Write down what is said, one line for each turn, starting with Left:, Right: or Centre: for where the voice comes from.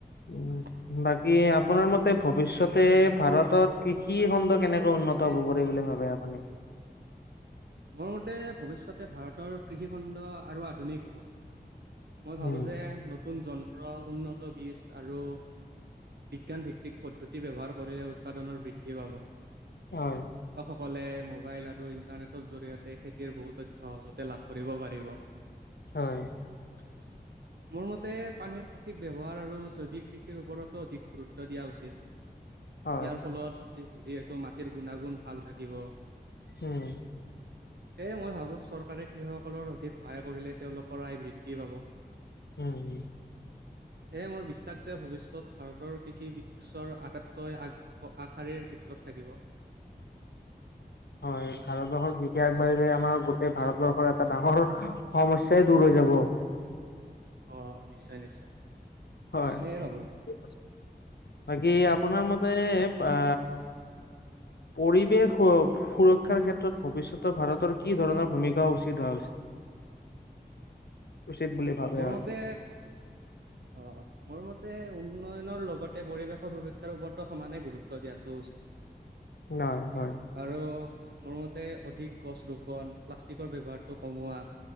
Left: উম
Right: <unintelligible>
Left: বাকী আপোনাৰ মতে ভৱিষ্যতে ভাৰতত কৃষি খণ্ড কেনেকৈ উন্নত হ'ব পাৰি বুলি ভাব। আপুনি।
Right: <unintelligible> মোৰ মতে ভৱিষ্যতে ভাৰতৰ কৃষিখণ্ড আৰু আধুনিক হব। মই
Left: উম
Right: ভাবোঁ যে নতুন যন্ত্ৰ উন্নত বীজ আৰু। বিজ্ঞানভিত্তিক পদ্ধতি ব্যৱহাৰ কৰিলে উৎপাদনৰ বৃদ্ধি পাব।
Left: হয়।
Right: অকলে মোবাইল আৰু ইণ্টাৰনেটৰ জৰিয়তে খেতিৰ বহুত তথ্য সহজতে লাভ কৰিব পাৰিব।
Left: হয়।
Right: <unintelligible> মোৰ মতে পানীৰ সঠিক ব্যৱহাৰ আৰু জৈৱিক কৃষিৰ ওপৰতো অধিক গুৰুত্ব দিয়া উচিত।
Left: হয়,
Right: ইয়াৰ ফলত যিহেতু মাটিৰ গুণাগুণ ভাল থাকিব।
Left: হম।
Right: সেয়ে মই ভাবোঁ চৰকাৰে কৃষকসকলৰ অধিক সহায় কৰিলে তেওঁলোকৰ আয় বৃদ্ধি পাব।
Left: উম হম।
Right: সেয়ে মোৰ বিশ্বাস যে ভৱিষ্যয়ত ভাৰতৰ কৃষি বিশৰ আটাইতকৈ আগ। আশাৰীৰ ভিতৰত থাকিব।
Left: হয় ভাৰতবৰ্ষৰ কৃষি আগবাঢ়িলে আমাৰ গোটেই ভাৰতবৰ্ষৰ এটা ডাঙৰ সমস্যা দূৰ হৈ যাব।
Right: অ নিশ্চয় নিশ্চয়।
Left: হয়।
Right: মই সেয়ে ভাবো
Left: বাকি আপোনাৰ মতে আ।
Right: <unintelligible>
Left: পৰিৱেশ সুৰক্ষাৰ ক্ষেত্ৰত ভৱিষ্যতৰ ভাৰতৰ কি ধৰণা ভূমিকা উচিত ধাৰা হৈছে।
Right: <unintelligible>
Left: উচিত বুলি ভাবে
Right: মোৰ
Left: আৰু।
Right: মতে অ মোৰ মতে উন্নয়নৰ লগতে পৰিৱেশৰ সুৰক্ষাৰ ওপৰতো সমানে গুৰুত্ব দিয়াটো উচিত।
Left: নহয় নহয়।
Right: আৰু মোৰ মতে অধিক গছ ৰোপন প্লাষ্টিকৰ ব্যৱহাৰটো কমোৱা।